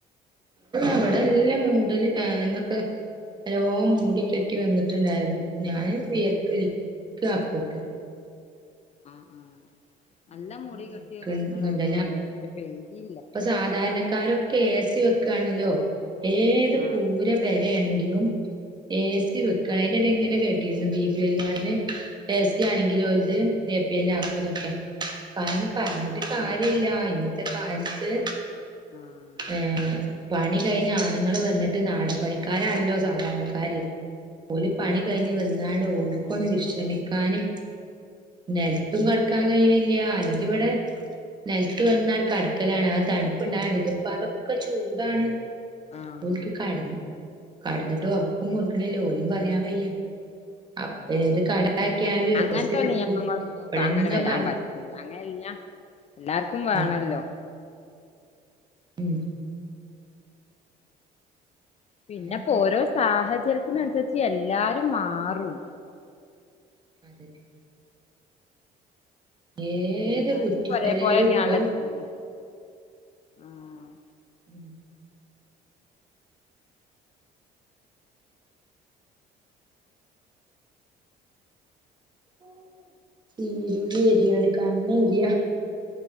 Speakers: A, on the right (about 25°); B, on the left (about 40°).
A: ഇവിടെല്ലാം മൂടല് ഇന്നൊക്കെ നല്ലോം മൂടിക്കെട്ടി വന്നിട്ട്ണ്ടായിരുന്നു ഞാന് വിയർത്തൊലിക്കാപ്പൊക്കെ
B: ആഹ് നല്ല
A: നല്ലോണം
B: മൂടിക്കെട്ടി
A: വിയർക്കുന്നുണ്ട്
B: വന്നതാന്ന് മഴ പക്ഷെ പെയ്തില്ല
A: സാധാരക്കാരൊക്കെ എ സി വെക്കാണല്ലോ ഏത്
B: ആഹ്
A: കൂര പെരയാണെങ്കിലും എ സി വെക്കാ അയിന്റെടയിൽ ഇങ്ങനെ കേട്ടിരുന്നു ബി പി എൽ കാർഡിന് എസി ആണെങ്കിലും ഓൽടത് എപിഎൽ ആക്കുന്നൊക്കെ കാരണം പറഞ്ഞിട്ട്
B: ആഹ് ആഹ്
A: കാര്യില്ല ഇന്നത്തെ കാലത്ത്
B: ആഹ്
A: ഏഹ് പണി കഴിഞ്ഞാണങ്ങള് വന്നിട്ട് നാടൻ പണിക്കാരാണല്ലോ സാധാരണക്കാര് ഓല് പണി
B: ആഹ്
A: കഴിഞ്ഞ്
B: അതെ
A: വന്നാണ്ട് ഓല്ക്കൊന്ന് വിശ് റമിക്കാന് നെലത്തും കെടക്കാൻ കയ്യ്ണില്ല അല്ലെങ്കിവടെ നെലത്ത് വന്ന്ങ്ങാണ്ട് കടക്കലാണ് ആഹ് തണ്പ്പ്ണ്ടാക്ണ്ട് ഇപ്പതൊക്കെ ചൂടാണ്
B: ആഹ്
A: അപ്പോൽക്ക് കെടന്ന് കെടന്ന്ട്ട് ഒറക്കും പൊറ്ക്ക്ണില്ല ഓലയും പറയാൻ വയ്യ അപ്പെണീറ്റ്ട്ട് കടൊ ക്കെയായാലും
B: അങ്ങനത്തെ
A: എ സി വെക്കും
B: നിയമങ്ങളൊന്നും
A: ഇവിടെങ്ങ്
B: അങ്ങനെ വരാൻ
A: പറ
B: അങ്ങനെല്ല എല്ലാർക്കും വേണല്ലോ
A: ഉം മ്
B: പിന്നെപ്പോരോ
A: അതന്നെ
B: സാഹചര്യത്തിനനുസരിച്ച് എല്ലാരും മാറും
A: അതെന്നെ ഏത്
B: എല്ലാർക്കും
A: കുറ്റിപ്പെരയിലുപ്പൊ
B: ഇപ്പൊ ഒരേപോലെന്നെയാണല്ലോ ചൂട് ആഹ്
A: മ് ഊ ചിരുള്ളേരിയാണ് കണ്ണേരിയ